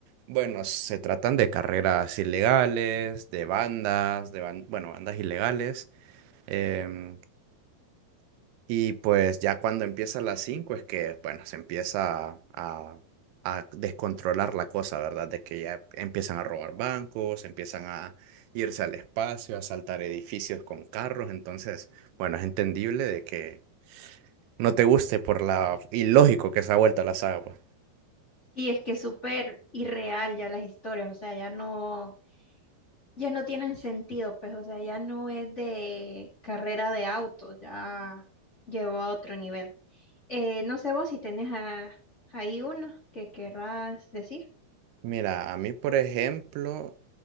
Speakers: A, on the right; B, on the left.
A: bueno, se tratan de carreras ilegales, de bandas, de ban- bueno, bandas ilegales. em, y pues ya cuando empieza a las 5 es que, bueno, se empieza a, a descontrolar la cosa, ¿verdad? De que ya empiezan a robar bancos, empiezan a irse al espacio, a asaltar edificios con carros. Entonces, bueno, es entendible de que no te guste por la ilógico que se ha vuelto la saga. pues.
B: Sí, es que es súper irreal ya las historias, o sea, ya no. ya no tienen sentido, pues, o sea, ya no es de carrera de auto, ya llegó a otro nivel. Eh, no sé vos si tenés a- ahí uno que querrás decir.
A: Mira, a mí, por ejemplo,